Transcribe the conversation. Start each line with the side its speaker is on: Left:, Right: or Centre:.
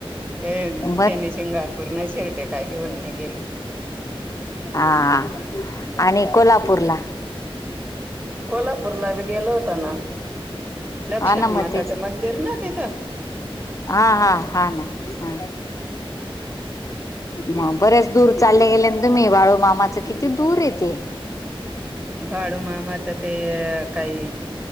Right: ते.
Left: बर
Right: सिंगापूर नाही शिरडे काय घेऊन नाही गेले.
Left: आ आणि कोल्हापूर ला.
Right: कोल्हापूरला बी गेलो होतो ना, लक्ष्मी
Left: हा ना मग
Right: माताचं
Left: तेच
Right: मंदिर ना तिथं.
Left: हा हा हा ना हा. मग बरेच दूर चाले गेले ना, तुम्ही बाळू मामाच किती दूर ये ते.
Right: बाळू मामाचं ते काही